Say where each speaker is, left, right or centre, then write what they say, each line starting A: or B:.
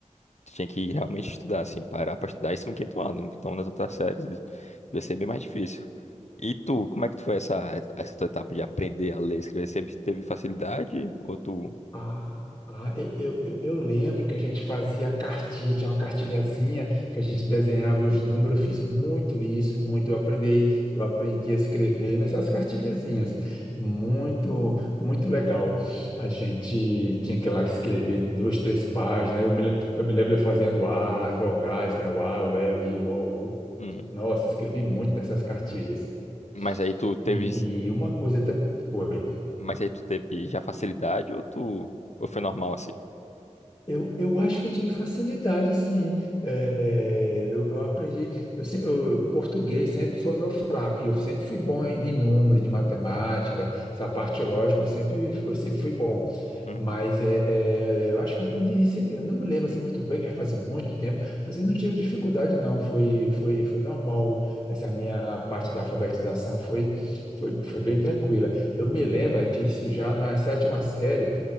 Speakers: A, on the left; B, on the left.
A: Tu tinha que realmente estudar, assim, parar pra estudar isso no quinto ano. Então nas outras séries de- devia ser bem mais difícil. E tu, como é que tu foi essa, essa tua etapa de aprender a ler e escrever? Sempre teve facilidade? Ou tu.
B: Ah, ah, e- eu, eu, eu lembro que a gente fazia a cartilha, tinha uma cartilhazinha que a gente desenhava os números. Eu fiz muito isso, muito. Eu aprendi, eu aprendi a escrever nessas cartilhazinhas. Muito, muito legal. A gente tinha que ir lá que escrever duas, três páginas. Eu me, le- eu me lembro eu fazendo A, as vogais, né? O A, o E, o I, o O, o U.
A: Hum,
B: Nossa, escrevi muito nessas cartilhas.
A: mas aí tu teve.
B: E, e uma coisa. ta- Oi.
A: Mas aí tu teve já facilidade ou tu. Ou foi normal assim?
B: Eu, eu acho que eu tive facilidade, sim. É, é, eu, eu aprendi. Eu, se- eu- português sempre foi meu fraco, e eu sempre fui bom em de número, de matemática, essa parte lógica, eu sempre, eu sempre fui bom.
A: Uhum.
B: Mas é, é, eu acho que eu aprendi isso. Eu não me lembro assim, muito bem, já faz muito tempo, mas
A: uhum.
B: eu não tive dificuldade, não. Foi, foi, foi normal. Essa minha parte da alfabetização foi, foi, foi bem tranquila. Eu me lembro é que isso já na sétima série